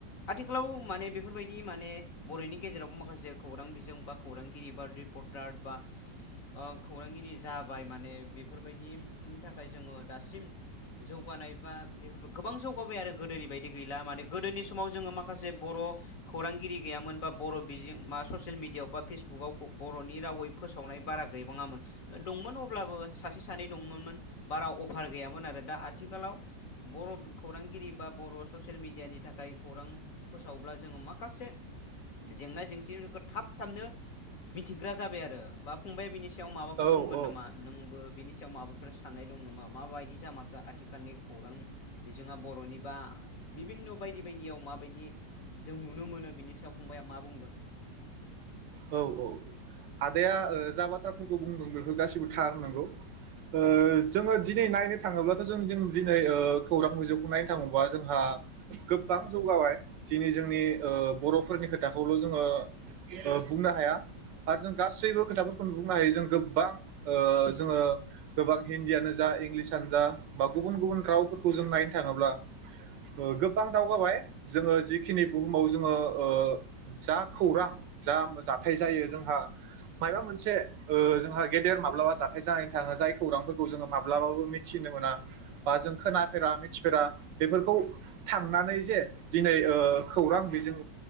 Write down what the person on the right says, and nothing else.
औ
औ
औ औ औ आदाया जाबाथ्राफोरखौ बुंदों बेफोर गासिबो थार नोंगौ। ओ
जोङो दिनै नायनो थाङोब्लाथ' जों जों दिनै खौरां बिखौ नायनो थाङोबा जोंहा गोबां जौगाबाय दिनै जोंनि ओ बर'फोरनि खोथाखौल' जोङो ओ बुंनो हाया आरो जों गासैबो खोथाफोरखौनो बुंनो हायो जों गोबां ओ जोङो गोबां हिन्दियानो जा इंलिसानो जा बा गुबुन गुबुन रावफोरखौ जों नायनो थाङोब्ला ओ गोबां दावगाबाय जोङो जिखिनि बुहुमाव जोङो ओ जा खौरां जा जाथाय जायो जोंहा मायबा मोनसे ओ जोंहा गेदेर माब्लाबा जाथाय जानानै थाङो जाय खौरांफोरखौ जोङो माब्लाबाबो मिथिनो मोना बा जों खोनाफेरा मिथिफेरा बेफोरखौ थांनानै जे दिनै ओ खौरां बिजों